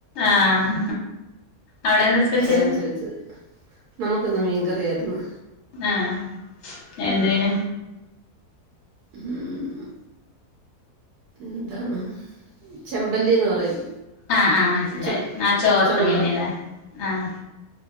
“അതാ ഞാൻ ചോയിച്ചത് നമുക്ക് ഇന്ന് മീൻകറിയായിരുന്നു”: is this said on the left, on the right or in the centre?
Right